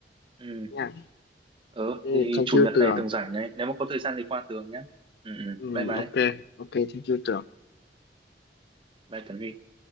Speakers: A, on the right (about 30°); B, on the left (about 60°).
A: ừ
B: nha
A: ừ
B: yeah.
A: thì
B: thank
A: chủ
B: you
A: nhật
B: Tường
A: này tường rảnh này nếu mà có thời gian thì qua tường nhé ừ ừ
B: ừ,
A: bye bye
B: ok ok thank you Tường
A: bye Tấn Huy